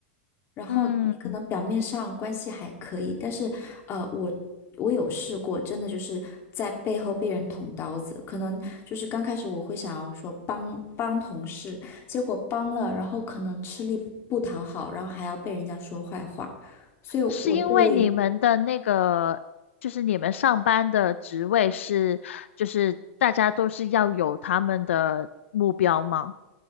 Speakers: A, on the left; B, on the left.
A: 然后你可能表面上关系还可以，
B: 嗯，
A: 但是，呃，我我有试过，真的就是在背后被人捅刀子。可能就是刚开始我会想要说帮帮同事，结果帮了，然后可能吃力不讨好，然后还要被人家说坏话。所以我对
B: 是因为你们的那个，就是你们上班的职位是，就是大家都是要有他们的目标吗？